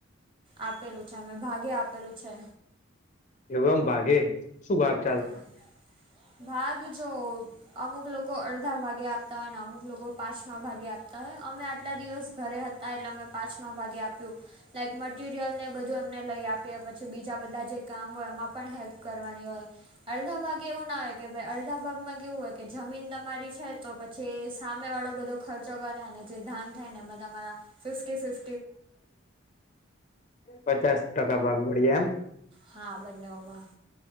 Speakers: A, on the right; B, on the left.
A: આપેલું છે અમે ભાગે આપેલું છે.
B: એવું આમ ભાગે શું ભાગે.
A: હા ભાગ જો. અમુક લોકો અડધા ભાગે આપતા હોય ને અમુક લોકો પાંચમા ભાગે આપતા હોય અમે આટલા દિવસ ઘરે હતા. હતા એટલે મેં પાંચમા ભાગે આપ્યું. લાઈક મટિરિયલને બધું એમને લઈ આપી પછી બીજા બધા જે કામ હોય એમાં પણ હેલ્પ કરવાની હોય. અડધા ભાગ એવું ના હોય કે ભાઈ અડધા ભાગમાં કેવું હોય કે જમીન તમારી છે. તો પછી સામે વાળો બધો ખર્ચો કરે અને જે ધાન થાય ને એમાં તમારા ફિફ્ટી ફિફ
B: પચાસ ટકા ભાગ બળ્યા એમ.
A: હા બંનેઓમાં.